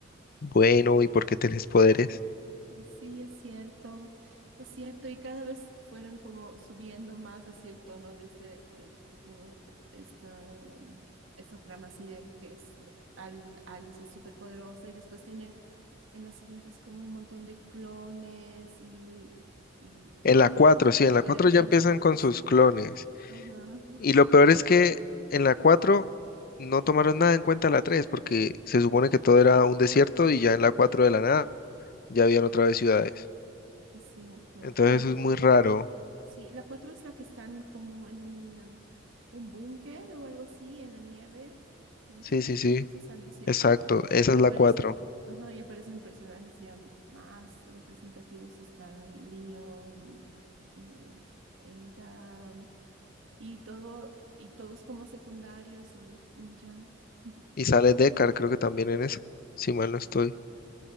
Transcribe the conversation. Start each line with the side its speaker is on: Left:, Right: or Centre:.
Left: bueno, ¿y por qué tenés poderes?
Right: Sí, es cierto, es cierto, y cada vez fueron como subiendo más así el tono de este, eh, de todo esta, um, esta trama así de que es eh, Al- Alice es súper poderosa y después tiene en las siguientes como un montón de clones y, y
Left: En la cuatro
Right: salta
Left: sí, en la
Right: por
Left: 4
Right: edificios.
Left: ya empiezan con sus clones.
Right: Ajá.
Left: Y lo peor es que en la 4 no tomaron nada en cuenta la 3 porque se supone que todo era un desierto y ya en la 4 de la nada ya habían otra vez ciudades.
Right: Es cierto,
Left: Entonces
Right: la
Left: eso es
Right: 4
Left: muy raro.
Right: sí, la 4 es la que están como en un, um, un búnker o algo así, en la nieve, entran,
Left: Sí, sí, sí,
Right: Esa es ¿no es cierto?
Left: exacto. Esa
Right: Aparecen,
Left: es la cuatro
Right: ajá, y aparecen personajes ya más representativos, está Leon, y Ada, y todo, y todos como secundarios, y, y ya. <laughs>
Left: Y sale Deckard, creo que también en esa, si mal no estoy.